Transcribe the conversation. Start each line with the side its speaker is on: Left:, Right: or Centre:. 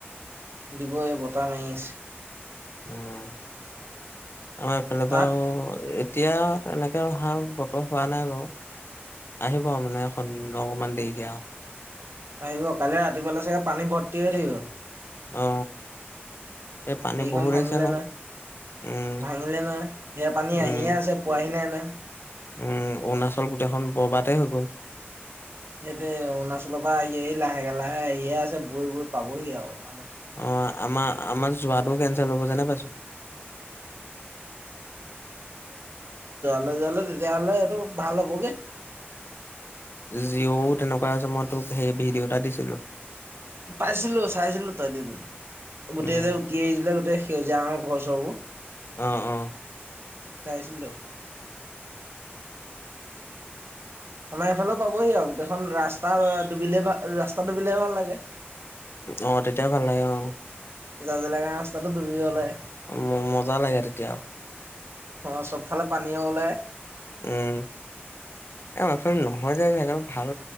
Right: দিবই বতাহ মাৰি আছে
Left: উম আমাৰ এইফালে
Right: তাত
Left: বাওঁ এতিয়া এনেকে ভাল বতৰ হোৱা নাই বাৰু আহিব মানে এখন অকমান দেৰিকে আৱ
Right: আহিব কাইলে ৰাতিপুৱালে চাগে পানী ভৰ্তি হৈ থাকিব
Left: অ এ পানী
Right: হেৰিখন
Left: বহুত
Right: ভাঙিলে
Left: আহিছে ন
Right: নহয়।
Left: উম,
Right: ভাঙিলে নহয় সেয়া পানী
Left: উম,
Right: আহিয়ে আছে পোৱাহি নাই নহয়
Left: উম অৰুণাচল গোটেইখন বৰবাতে হৈ গ'ল
Right: সেইটোৱে অৰুণাচলৰ পৰা আহি আহি লাহেকে লাহে আহিয়ে আছে বৈ বৈ পাবহি আৱ
Left: অ আমা আমাৰ যোৱাটো কেনচেল হ'ব যেনে পাইছোঁ
Right: যোৱালে তেতিয়াহ'লে এইটো ভাল হ'বগে
Left: জিঅ'ও তেনেকুৱা হৈছে মই তোক সেই ভিডিঅ' এটা দিছিলো
Right: পাইছিলো চাইছিলো তই দিয় নাই গোটেই
Left: উম
Right: যে উটি আহিছিলে গোটেই সেউজীয়া ৰঙৰ ঘৰ চৰবোৰ
Left: অ', অ'।
Right: চাইচিলো আমাৰ এইফালেও পাবহি আৱ গোটেইখন ৰাস্তা ডুবিলে ভা ৰাস্তা ডুবিলে ভাল লাগে।
Left: অ তেতিয়া ভাল লাগে অ
Right: জা জেলেঙা ৰাস্তাটো দুুবি গ'লে
Left: ম মজা লাগে তেতিয়া
Right: অ চবফালে পানীও ওলায়
Left: উম এ আমা ফালে নহয় যে সেইকাৰণে ভাল